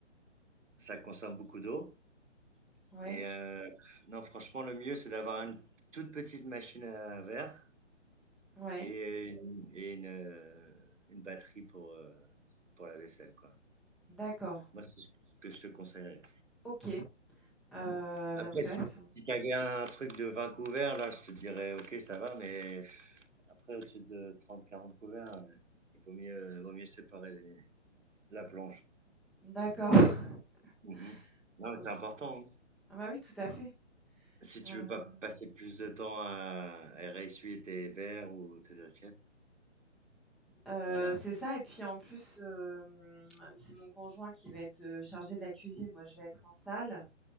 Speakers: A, on the right; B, in the centre.
A: ça consomme beaucoup d'eau.
B: Oui,
A: Et euh, non, franchement, le mieux, c'est d'avoir une toute petite machine à verre
B: oui.
A: et, une, et une, euh, une batterie pour, euh, pour la vaisselle, quoi.
B: D'accord,
A: Moi, c'est ce que je te conseillerais.
B: OK. Heu, bah,
A: Après,
B: dans ce cas-là,
A: si
B: faut
A: si t'avais un truc de 20 couverts, là, je te dirais, ok, ça va, mais après, au-dessus de 30-40 couverts, euh, il vaut mieux, il vaut mieux séparer les- la plonge.
B: d'accord, <laughs>
A: Mhm. Non,
B: OK.
A: mais c'est important. hein.
B: Ah bah, oui, tout à fait.
A: Si tu
B: Heu
A: veux pas passer plus de temps à, à réessuyer tes verres ou tes assiettes.
B: Heu,
A: Voilà.
B: c'est ça et puis en plus, hem, c'est mon conjoint qui va être, heu, chargé de la cuisine. Moi, je vais être en salle